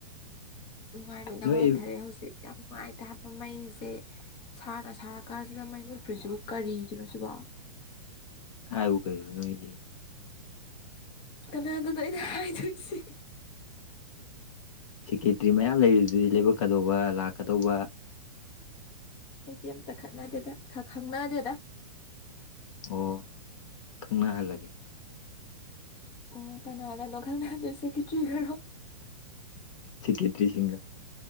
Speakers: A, on the left; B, on the left.
A: ꯅꯨꯡꯉꯥꯏꯕꯅ
B: ꯅꯣꯏ
A: ꯋꯥꯟꯊꯔꯦ ꯍꯧꯖꯤꯛ ꯌꯥꯝ ꯅꯨꯡꯉꯥꯏꯇ ꯍꯥꯏꯕ ꯃꯩꯁꯦ ꯁꯥꯅ ꯁꯥꯔꯀꯥꯟꯗ ꯁꯤꯗ ꯃꯩꯌꯨꯠꯇ꯭ꯔꯤꯁꯤꯕꯨ ꯀꯔꯤꯒꯤꯅꯣ ꯁꯤꯕꯣ
B: ꯑꯥꯨ ꯀꯅ ꯅꯣꯏ ꯀ
A: ꯀꯅꯥꯗꯨꯗꯣ ꯑꯩꯅ ꯍꯥꯏꯗꯣꯏꯁꯤ
B: ꯁꯦꯀꯦꯇ꯭ꯔꯤ ꯃꯌꯥꯝ ꯂꯩꯔꯤꯗꯨꯗꯤ ꯂꯕꯛꯀꯗꯧꯕ ꯂꯥꯛꯀꯗꯧꯕ
A: ꯑꯩꯗꯤꯤ ꯑꯦꯝꯇ ꯈꯠꯅꯗꯦꯗ ꯈꯪꯅꯗꯦꯗ
B: ꯑꯣ ꯈꯪꯅꯍꯜꯂꯒꯦ
A: ꯑꯣ ꯀꯅꯥ ꯑꯒꯥꯡ ꯂꯧ ꯈꯜ ꯂꯜ ꯂꯁ ꯀ ꯀ ꯀꯔꯣ
B: ꯁꯤꯀꯦꯇ꯭ꯔꯤꯁꯤꯡꯒ